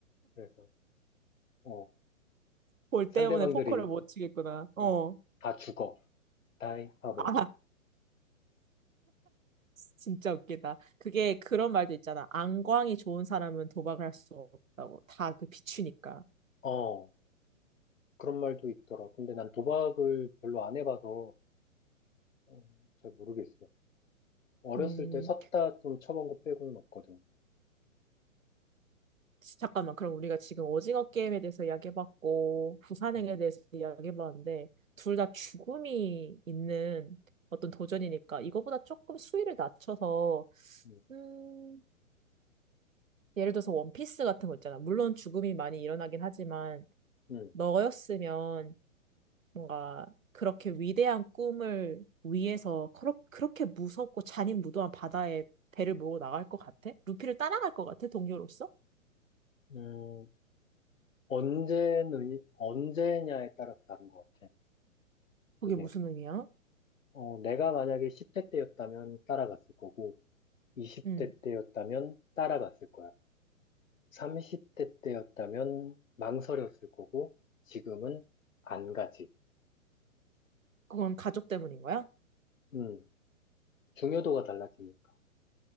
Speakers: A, on the left (about 75°); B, on the right (about 75°).
A: 그래서, 어,
B: 볼 때문에
A: 상대방들이,
B: 포커를 못 치겠구나. 어.
A: 어, 다 죽어. 다이 하면서.
B: 아, <laughs> 진짜 웃기다. 그게 그런 말도 있잖아. 안광이 좋은 사람은 도박을 할 수 없다고. 다 그 비추니까.
A: 어, 어, 그런 말도 있더라. 근데 난 도박을 별로 안 해봐서, 어, 잘 모르겠어. 어렸을
B: 음,
A: 때 섰다 좀 쳐본 거 빼고는 없거든.
B: 잠깐만. 그럼 우리가 지금 오징어 게임에 대해서 이야기해봤고, 부산행에
A: 음,
B: 대해서 이야기해봤는데, 둘 다 죽음이 있는 어떤 도전이니까, 이거보다 조금 수위를 낮춰서,
A: 음.
B: 음, 예를 들어서 원피스 같은 거 있잖아. 물론 죽음이 많이 일어나긴 하지만,
A: 음,
B: 너였으면 뭔가 그렇게 위대한 꿈을 위해서 그렇- 그렇게 무섭고 잔인무도한 바다에 배를 몰고 나갈 것 같아? 루피를 따라갈 것 같아? 동료로서?
A: 음, 언제, 언제냐에 따라서 다른 것 같아. 그게.
B: 그게 무슨 의미야?
A: 어, 내가 만약에 10대 때였다면 따라갔을 거고, 20대
B: 음,
A: 때였다면 따라갔을 거야. 30대 때였다면 망설였을 거고, 지금은 안 가지.
B: 그건 가족 때문인 거야?
A: 음, 중요도가 달라지니까.